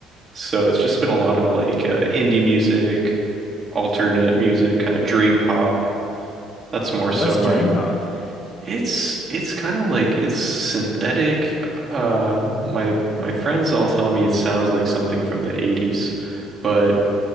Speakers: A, on the right; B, on the left.
A: So it's just been a lot of like uh, indie music, alternate music, kind of dream pop. That's more so
B: What's
A: my.
B: dream pop?
A: It's it's kind of like it's synthetic. Uh, my my friends all tell me it sounds like something from the 80s, but